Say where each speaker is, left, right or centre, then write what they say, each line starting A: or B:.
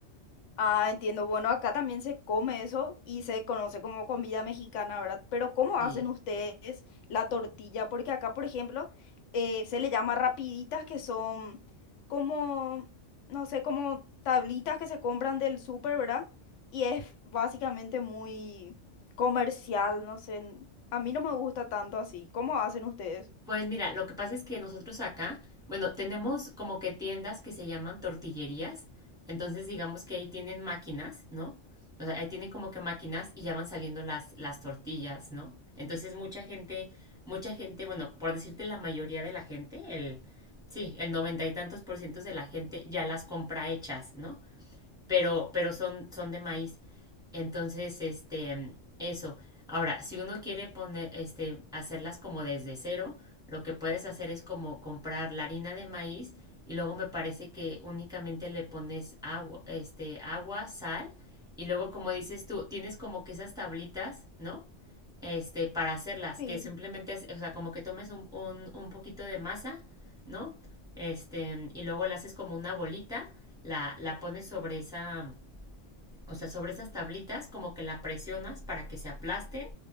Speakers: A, on the left (about 75°); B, in the centre.
A: Ah, entiendo. Bueno, acá también se come eso y se conoce como comida mexicana, ¿verdad? Pero ¿cómo
B: Sí.
A: hacen ustedes la tortilla? Porque acá, por ejemplo, eh, se le llama rapiditas, que son como, no sé, como tablitas que se compran del súper, ¿verdad? Y es básicamente muy comercial, no sé. n- A mí no me gusta tanto así. ¿Cómo hacen ustedes?
B: Pues mira, lo que pasa es que nosotros acá, bueno, tenemos como que tiendas que se llaman tortillerías, entonces digamos que ahí tienen máquinas, ¿no? O sea, ahí tienen como que máquinas y ya van saliendo las, las tortillas, ¿no? Entonces mucha gente, mucha gente, bueno, por decirte la mayoría de la gente, el, sí, el noventa y tantos por ciento de la gente ya las compra hechas, ¿no? pero, pero son, son de maíz. Entonces, este, eso. Ahora, si uno quiere poner, este, hacerlas como desde cero, lo que puedes hacer es como comprar la harina de maíz y luego me parece que únicamente le pones agua, este, agua, sal y luego como dices tú, tienes como que esas tablitas, ¿no? Este, para hacerlas,
A: Sí.
B: que simplemente, es- o sea, como que tomes un, un, un poquito de masa, ¿no? Este, y luego la haces como una bolita, la, la pones sobre esa, o sea, sobre esas tablitas como que la presionas para que se aplasten